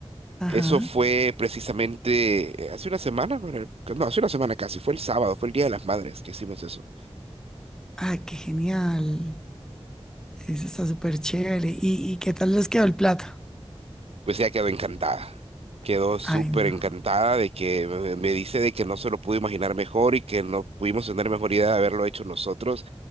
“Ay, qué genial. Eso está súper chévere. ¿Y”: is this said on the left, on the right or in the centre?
Centre